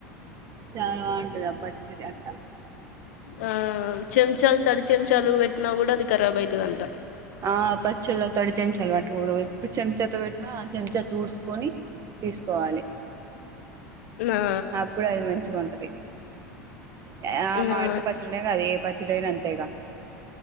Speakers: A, on the right (about 40°); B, on the left (about 65°).
A: చాలా బావుంటది అ పాచ్చడి అ అ
B: ఆ చెంచాలు తడి చెంచాలు బెట్టినా కూడా అది ఖరాబ్బయితాదంట
A: ఆ పచ్చెళ్ళ తడితెంచే అల్వాటు గూడ ఉంది ఎప్పుడు చెంచాతో పెట్టినా ఆ చెంచా ఊడ్స్కొని తీసుకోవాలి
B: ఆ
A: అప్పుడే అది మంచిగుంటది యే మాడిక
B: ఆ
A: పచ్చడేకాదు ఏ పచ్చ చెడైన అంతేగా